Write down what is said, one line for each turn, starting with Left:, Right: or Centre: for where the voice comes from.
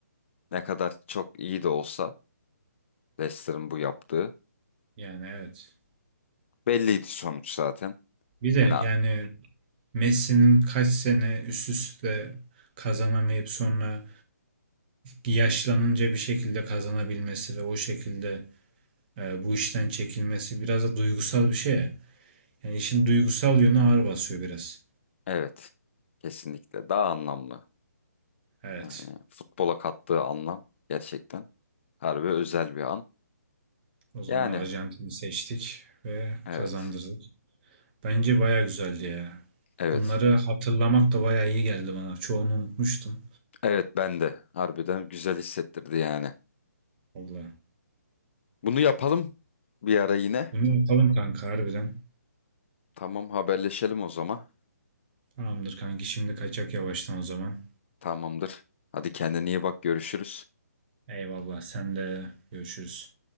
Left: Ne kadar çok iyi de olsa Leicester'ın bu yaptığı
Right: Yani evet.
Left: belliydi sonuç zaten.
Right: Bir de
Left: Yani
Right: yani Messi'nin kaç sene üst üste kazanamayıp sonra yaşlanınca bir şekilde kazanabilmesi ve o şekilde e, bu işten çekilmesi biraz da duygusal bir şey. ya. Yani işin duygusal yönü ağır basıyor biraz.
Left: evet. Kesinlikle daha anlamlı.
Right: Evet.
Left: Yani futbola kattığı anlam gerçekten harbi özel bir an.
Right: O zaman
Left: Yani
Right: Arjantin'i seçtik ve
Left: evet.
Right: kazandırdık. Bence baya güzeldi ya.
Left: Evet.
Right: Bunları hatırlamak da baya iyi geldi bana. Çoğunu unutmuştum.
Left: Evet ben de harbiden güzel hissettirdi yani.
Right: Allah.
Left: Bunu yapalım bir ara yine.
Right: Bunu yapalım kanka harbiden.
Left: Tamam haberleşelim o zaman.
Right: Tamamdır kanki şimdi kaçak yavaştan o zaman.
Left: Tamamdır. Hadi kendine iyi bak görüşürüz.
Right: Eyvallah sen de görüşürüz.